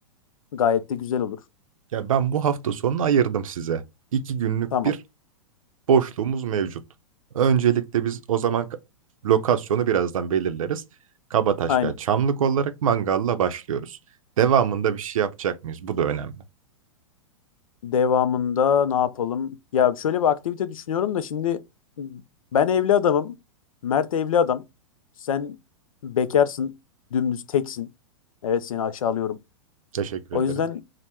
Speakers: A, on the left; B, on the right.
A: Gayet de güzel olur.
B: Ya ben bu hafta sonunu ayırdım size. İki günlük
A: Tamam.
B: bir boşluğumuz mevcut. Öncelikle biz o zaman ka- lokasyonu birazdan belirleriz. Kabataş
A: Aynen.
B: veya Çamlık olarak mangalla başlıyoruz. Devamında bir şey yapacak mıyız? Bu da önemli.
A: Devamında ne yapalım? Ya şöyle bir aktivite düşünüyorum da şimdi ben evli adamım. Mert evli adam. Sen bekarsın. Dümdüz teksin. Evet seni aşağılıyorum.
B: Teşekkür
A: O
B: ederim.
A: yüzden